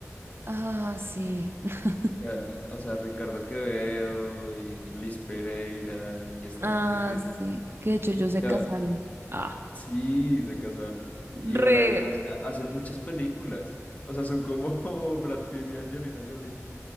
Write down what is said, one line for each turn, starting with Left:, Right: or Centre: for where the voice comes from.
Right: Ah, sí. <laughs>
Left: Ya, O sea, Ricardo Quevedo y Liz Pereira y esta
Right: Ah,
Left: gente que
Right: sí. Que de hecho ellos se
Left: ya,
Right: casaron. Ah,
Left: sí se casaron.
Right: re.
Left: Y ahora ellos hace- hacen muchas películas. O sea, son como <laughs> Brad Pitt y Angelina Jolie.